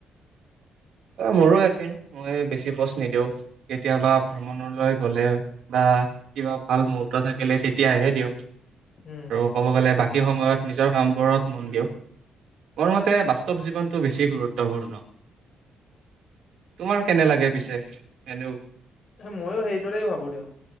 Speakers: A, on the right; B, on the left.
A: মোৰো একে মই বেছি পষ্ট নিদিওঁ কেতিয়াবা ভ্ৰমণলৈ গলে বা কিবা ভাল মুহুৰ্ত থাকিলে তেতিয়াহে দিওঁ আৰু
B: উম।
A: ক'ব গ'লে বাক- সেই সময়ত নিজৰ কামবোৰত মন দিয়ক। মোৰ মতে বাস্তৱ জীৱনটো বেছি গুৰুত্বপূৰ্ণ। তোমাৰ কেনে লাগে পিছে এনেও
B: ময়ো সেইদৰে ভাবো দিয়ক